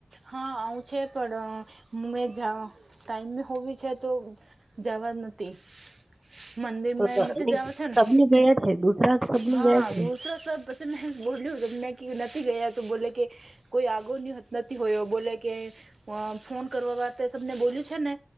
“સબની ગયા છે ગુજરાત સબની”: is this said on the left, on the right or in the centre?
Right